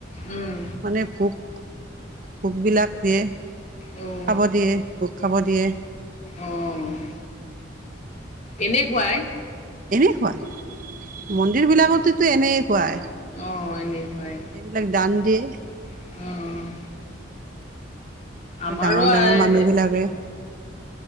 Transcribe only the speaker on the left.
উম,
উ
অ' এনেই খুৱাই?
অ', এনেই খুৱাই।
অ' আমাৰো
অ',